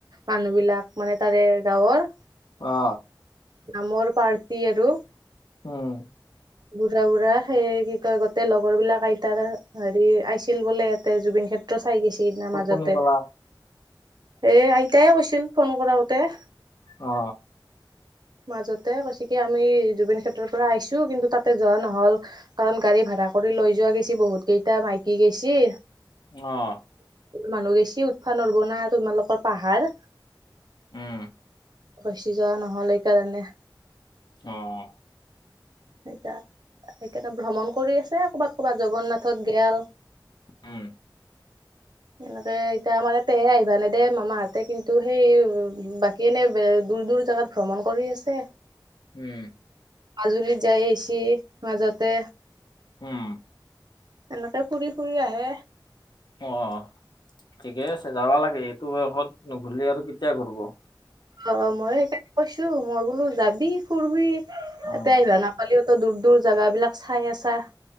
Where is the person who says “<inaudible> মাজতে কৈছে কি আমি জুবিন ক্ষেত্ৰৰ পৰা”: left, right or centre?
Right